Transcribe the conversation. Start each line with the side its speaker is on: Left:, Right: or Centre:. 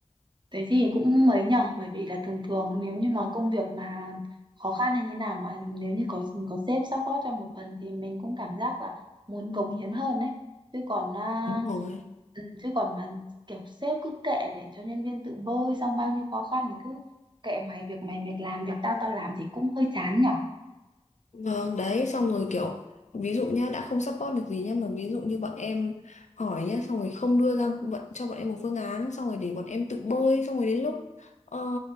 Right: Thế thì cũng mấy nhở, bởi vì là thường thường nếu như mà công việc mà khó khăn hay như nào mà nếu như có có sếp support cho một phần thì mình cũng cảm giác là muốn cống hiến hơn đấy. Chứ còn à,
Left: Đúng rồi.
Right: ừ, chứ còn mà kiểu sếp cứ kệ để cho nhân viên tự bơi xong bao nhiêu khó khăn thì cứ kệ mày việc mày mày làm việc tao tao làm thì cũng hơi chán nhở.
Left: Vâng, đấy, xong rồi kiểu ví dụ nhá, đã không support được gì nhá mà ví dụ như bọn em hỏi nhá, xong rồi không đưa ra bọn, cho bọn em một phương án, xong rồi để bọn em tự bơi, xong rồi đến lúc ờ,